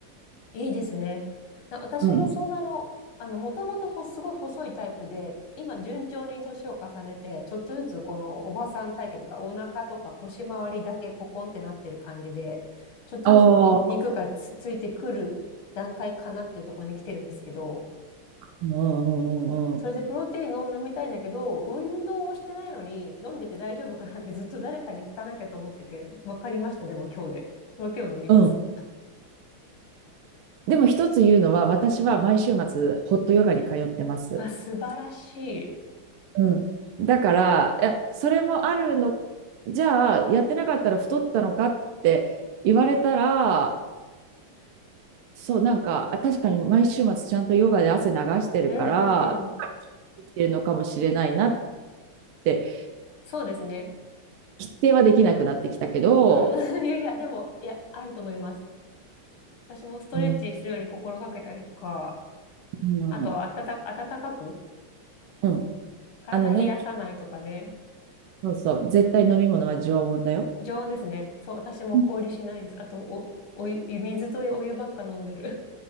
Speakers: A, on the left (about 75°); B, on the right (about 80°).
A: いいですね。な私もそんなの、
B: う。うん。
A: あの、もともとほすごい細いタイプで、今順調に年を重ねて、ちょっとずつこのおばさん体型というか、お腹とか腰回りだけポコンってなってる感じで、ちょっとずつ肉がつ、
B: ああ、
A: ついてくる段階かなっていうところに来てるんですけど、
B: うんうんうんうんうん。
A: それでプロテインを飲みたいんだけど、運動をしてないのに飲んでて大丈夫かなってずっと誰かに聞かなきゃと思ってて、わかりました、でも今日で。プロテインを飲みます。
B: うんでも一つ言うのは、私は毎週末、ホットヨガに通ってます。
A: うわ、素晴らしい。
B: うん。だから、いや、それもあるの、じゃあ、やってなかったら太ったのかって言われたら、そう、なんか、あ確かに毎週末ちゃんとヨガで汗流してるから、
A: うんうんうん。
B: できてるのかもしれないなって、
A: そうですね。
B: 否定はできなくなってきたけど、
A: うん。<laughs> いやいや、でも、いや、あると思います。私もストレッチするように心がけたりとか、
B: うん。うん、
A: あと、あたた、暖かく、
B: うん。
A: 体冷やさないとかね。
B: あのね、そうそう、絶対飲み物は常温だよ。
A: 常温ですね。そう、私も氷しないです。
B: う
A: あと、お、お湯、水とお湯ばっか飲んでる。